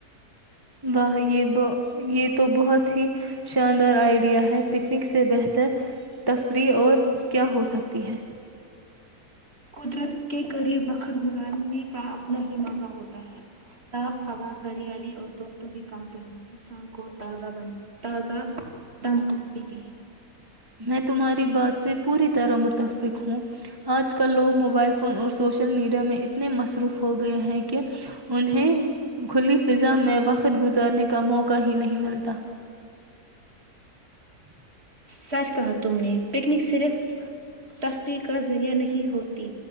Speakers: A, on the right; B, on the right.
A: اہ یہ تو بہت ہی شاندار آئیڈیا ہے پکنک سے بہتر تفریح اور کیا ہو سکتی ہے
B: قدرت کے قریب وقت گزارنے کا اپنا ہی مزہ ہوتا ہے صاف ہوا ہریالی اور دوستوں کی کمپنی انسان کو تازہ بن تازہ دم کر دیتی ہے
A: میں
B: سچ کہا تم نے پکنک صرف تفریح کا ذریعہ نہیں ہوتی